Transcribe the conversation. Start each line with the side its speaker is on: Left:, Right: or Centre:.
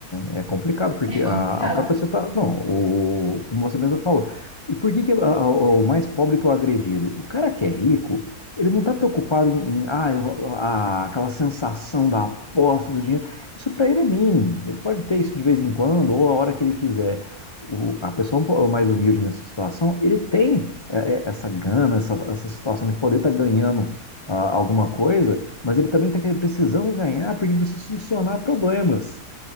Left: É complicado,
Right: <laughs>
Left: porque
Right: é complicado.
Left: a, a própria sociedade. Não, o, como você mesmo falou. E por que, que a- a- o mais pobre que é o agredido? O cara que é rico, ele não está preocupado em, em, ah, eu- a- aquela sensação da aposta do dinheiro. Isso para ele é mínimo. Ele pode ter isso de vez em quando, ou a hora que ele quiser. O- a pessoa um po- mais humilde nessa situação, ele tem é, é, essa gana, essa, essa situação de poder estar ganhando ah, alguma coisa, mas ele também está precisando ganhar porque ele precisa solucionar problemas.